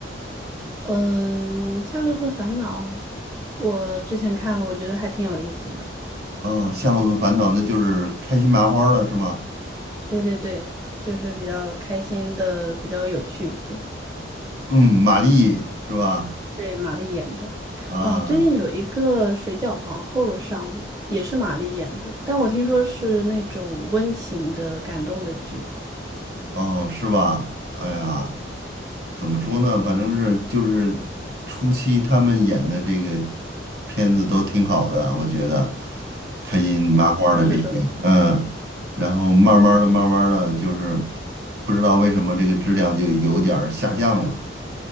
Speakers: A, on the right; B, on the right.
A: 嗯，《夏洛特烦恼》，我之前看了，我觉得还挺有意思的。
B: 哦，《夏洛特烦恼》那就是开心麻花儿了，是吗？
A: 对对对，就是比较开心的，比较有趣的。
B: 嗯，玛丽是吧？
A: 对，玛丽演的。
B: 啊，
A: 哦，最近有一个《水饺皇后》上了，也是玛丽演的，但我听说是那种温情的、感动的剧。
B: 哦，是吧？哎呀，怎么说呢？反正是就是初期他们演的这个片子都挺好的，我觉得开心麻花的这些，
A: 嗯，是的。
B: 嗯，然后慢慢的、慢慢的，就是不知道为什么这个质量就有点儿下降了，